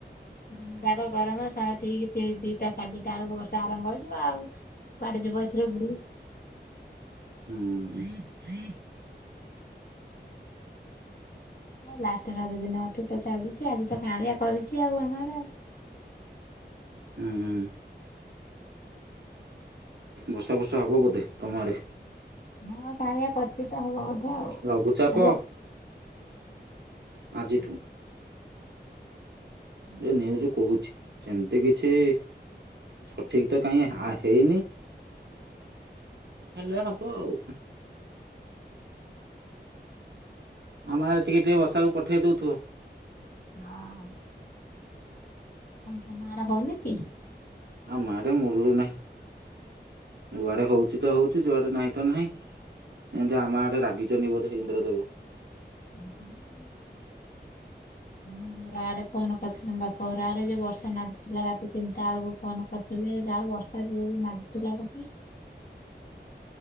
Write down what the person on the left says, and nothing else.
ଦିନ ଯାକ ଗରମ ସେ ଠିକ ଦିଟା ସାଢେ ଦିଟା ବେଳକୁ ବର୍ଷା ଆରମ୍ଭ ହେଇଯିବ ଆଉ। କୁଆଡେ ଯିବ ଏଥିରେ ବୁଲି।
ଲାଷ୍ଟ ରଜଦିନଠୁ ତ ଚାଲିଛି ଆଜି ତ କାହାଳିଆ କରିଛି ଆଉ ଆମ ଆଡ଼େ ଆଉ।
ହଁ କାହାଳିଆ କରଚି ତ ହବ ବୋଧେ ଆଉ।
ଲୋ
ହଁ
କାଇଁ
ହଁ କାଇଁ ତମ ଆଡ଼େ ହଉନି କି?
<unintelligible> ଆମ ଘର ଆଡେ ଫୋନ କରିଥିଲେ। ବାପା ଘର ଆଡେ ଯେ, ବର୍ଷା ନାଦିଥିଲା ତିନିଟା ବେଳକୁ ଫୋନ କରି ଥିଲେ ଯାହା ବର୍ଷା ଯୋଉ ନାଦୁଥିଲା କସି।